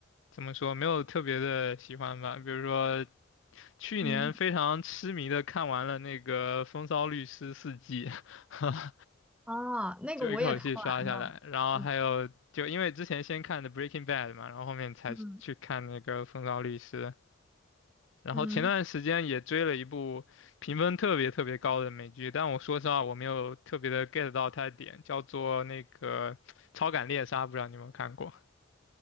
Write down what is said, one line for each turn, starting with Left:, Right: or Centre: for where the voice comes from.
Left: 怎么说，没有特别的喜欢吧。比如说，去年非常痴迷的看完了那个《风骚律师》四季，
Centre: 嗯，
Left: <laughs>
Centre: 啊，那个我也看完了。
Left: 就一口气刷下来。然后还有，
Centre: 嗯
Left: 就因为之前先看的《Breaking Bad》嘛，然后后面才去看那个《风骚律师》。
Centre: 嗯
Left: 然后前段时间也追了一部评分特别特别高的美剧，
Centre: 嗯，
Left: 但我说实话我没有特别的 get 到它的点，叫做那个《超感猎杀》，不知道你有没有看过？